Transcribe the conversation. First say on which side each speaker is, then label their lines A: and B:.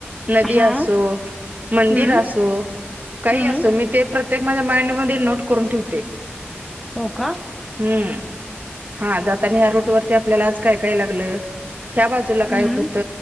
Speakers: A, on the right; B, in the centre.
A: नदी
B: हा
A: असो,
B: हम्म
A: मंदिर असो काही
B: हम्म
A: असो मी ते प्रत्य ते माझ्या माइंडमध्ये नोट करून ठेवते.
B: हो का.
A: हम्म. हा जातानी या रूट वरती आपल्याला आज काय, काय लागलं ह्या बाजूला
B: हम्म
A: काय होत.